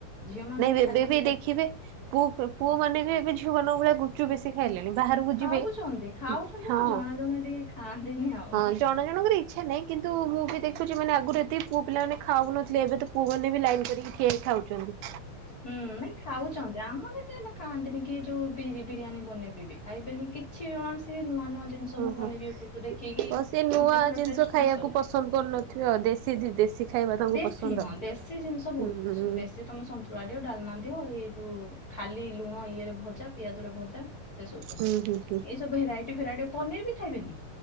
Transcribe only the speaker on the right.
ନାଇଁ ଏବେ
ବି
ଦେଖିବେ ପୁଅ ପୁଅ ମାନେ ବି ଏବେ ଝିଅମାନଙ୍କ ଭଳିଆ ଗୁପଚୁପ ବେଶି ଶ ଖାଇଲେଣି ବାହାରକୁ
ଯିବେ
ହଁ
ହଁ। ଜଣ ଜଣଙ୍କର ଇଚ୍ଛା ନାହିଁ କିନ୍ତୁ ମୁଁ ବି ଦେଖୁଛି ମାନେ ଆଗରୁ ଏତିି ପୁଅ ପିଲାମାନେ ଖାଉନଥିଲେ ଏବେ ତ ପୁଅମାନେ ବି ଲାଇନ୍ କରିକି ଠିଆ ହେଇ ଖାଉଛନ୍ତି।
ଓହୋ
ଓ ସେ ନୂଆ
ଜିନିଷ
ଖାଇବାକୁ ପସନ୍ଦ କରୁନଥିବେ ଆଉ ଦେଶୀ ଦେଶୀ ଖାଇବା ତାଙ୍କୁ
ପସନ୍ଦ
ଆଉ।
ହୁଁ
ହୁଁ
ହୁଁ ହୁଁ ହୁଁ